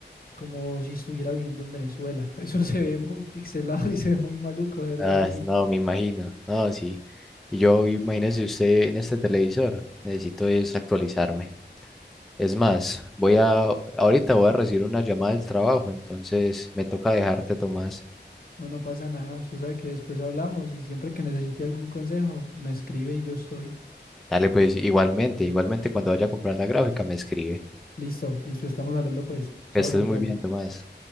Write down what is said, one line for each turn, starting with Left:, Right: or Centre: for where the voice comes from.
Left: como si estuviera viviendo en Venezuela. <laughs> Eso se ve muy pixelado y se ve muy maluco, de verdad
Centre: Ah,
Left: que sí.
Centre: no, me imagino. No, sí. Y yo, imagínese usted en este televisor. Necesito es actualizarme. Es más, voy a, ahorita voy a recibir una llamada del trabajo, entonces me toca dejarte, Tomás.
Left: No, no pasa nada. Usted sabe que después hablamos y siempre que necesite algún consejo, me escribe y yo estoy.
Centre: Dale, pues igualmente, igualmente cuando vaya a comprar la gráfica me escribe.
Left: Listo, listo, estamos hablando pues. Chao,
Centre: Que estés
Left: Santiago.
Centre: muy bien, Tomás.